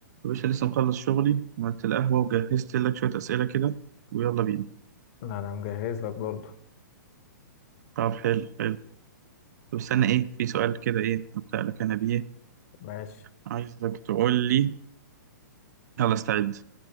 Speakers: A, on the right (about 55°); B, on the left (about 45°).
A: يا باشا لسه مخلص شغلي وعملت القهوة وجهزت لك شوية أسئلة كده ويلا بينا
B: لا انا مجهز لك برضو
A: طب حلو حلو طب استنى إيه في سؤال كده إيه أبدأ لك أنا بيه
B: ماشي
A: عايزك تقول لي يلا استعد